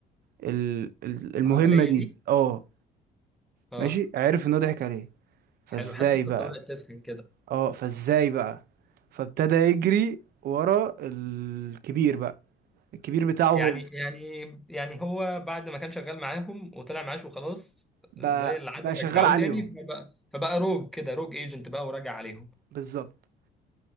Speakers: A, on the right; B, in the centre.
A: ال ال- المهمة
B: العملية
A: دي
B: دي
A: اه
B: اه
A: ماشي عرف ان هو ضحك عليه فازاي
B: حلو حاسس القصة
A: بقى
B: بدأت تسخن كده
A: اه فازاي بقى فابتدى يجري ورا الكبير بقى الكبير بتاعه هو
B: يعني يعني يعني هو بعد ما كان شغال معاهم وطلع معاش وخلاص
A: بقى
B: زي العادة
A: بقى
B: رجعوه
A: شغال عليهم
B: تاني فبقى فبقى روج كده روج ايجنت بقى وراجع عليهم
A: بالظبط